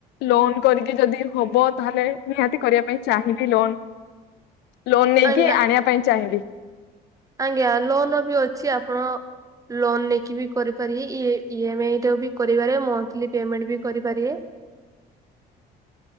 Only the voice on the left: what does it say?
ଲୋନ କରିକି ଯଦି ହବ ତାହେଲେ ନିହାତି କରିବା ପାଇଁ ଚାହିଁବି ଲୋନ। ଲୋନ୍ ନେଇକି
ଆଣିବା ପାଇଁ ଚାହିଁବି।